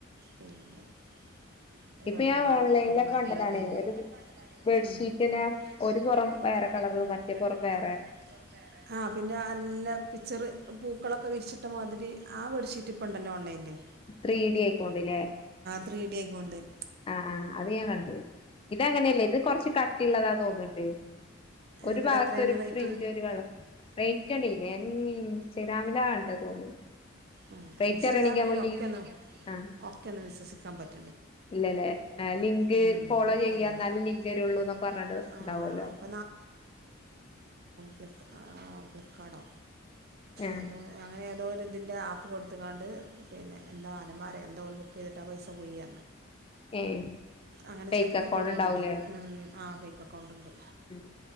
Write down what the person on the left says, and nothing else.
ഇപ്പൊ ഞാൻ ഓൺലൈനിലൊക്കെ കണ്ടതാണ് ഒരു ബെഡ്ഷീറ്റിന് ഒരു പുറം വേറെ കളറ് മറ്റേ പുറം വേറെ
ത്രീ ഡി അയിക്കോണ്ടല്ലേ.
ആ ആ അത് ഞാൻ കണ്ട ഇതങ്ങനെയല്ല ഇത് കൊറച്ച് കട്ടിയുള്ളതാ തോന്നുണ്ട്. ഒരു
ഭാഗത്ത്
ഒരു
പ്രിന്റ് ഒരു കള റേറ്റ് അറീല്ലേ ഇൻസ്റ്റഗ്രാമിലാ കണ്ടത്. <inaudible>
റേറ്റ്
അറിയണെങ്കി നമ്മള്
ആഹ്
ഇല്ലല്ലേ ലിങ്ക്
ഫോളോ
ചെയ്യാ
എന്നാല ലിങ്ക്
വരുള്ളൂ.
എന്നൊക്കെ
പറഞ്ഞ്
ഉണ്ടാവല്ലോ?
ഏ
ഏ
ഫേക്ക്
അക്കൗണ്ട് ഉണ്ടാവൂലേ
ഉം